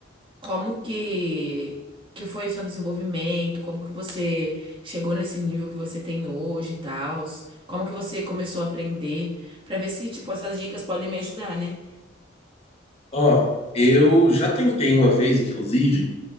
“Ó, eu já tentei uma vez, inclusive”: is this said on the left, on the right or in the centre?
Left